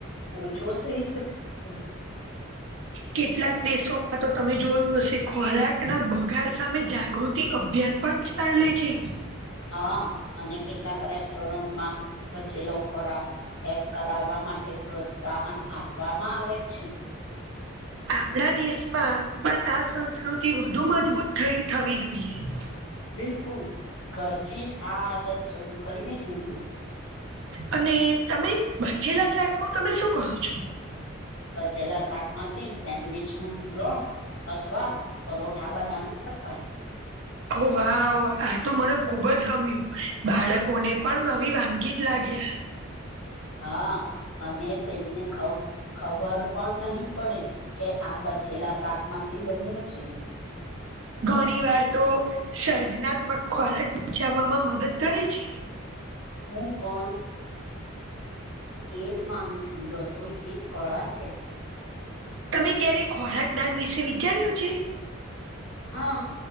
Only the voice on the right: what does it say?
કેટલાક દેશોમાં તો તમે જોયું હશે ખોરાકના બગાડ સામે જાગૃતિ અભિયાન પંચ ચાલે છે.
આપડા દેશમાં પણ આ સંસ્કૃતિ વધુ મજબૂત થઈ થવી જોઈએ.
અને તમે બચેલા શાક નું તમે શું કરો છો.
ઓ વાહ આ તો મને ખુબજ ગમ્યું બાળકોને પણ નવી વાનગી જ લાગે આ
ઘણી વાર તો સર્જનાત્મક ખોરાક બચાવવામાં મદદ કરે છે.
તમે ક્યારે ખોરાક દાન વિશે વિચાર્યું છે?